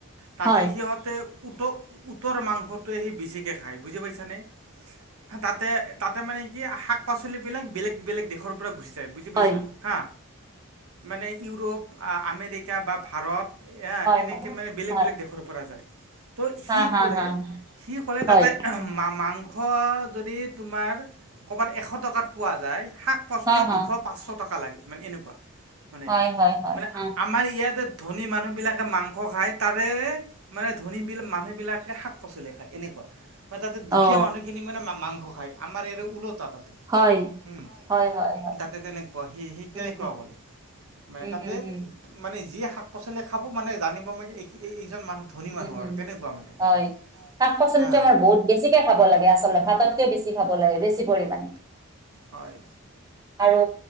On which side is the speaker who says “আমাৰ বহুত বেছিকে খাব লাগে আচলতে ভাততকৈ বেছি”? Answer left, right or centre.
Right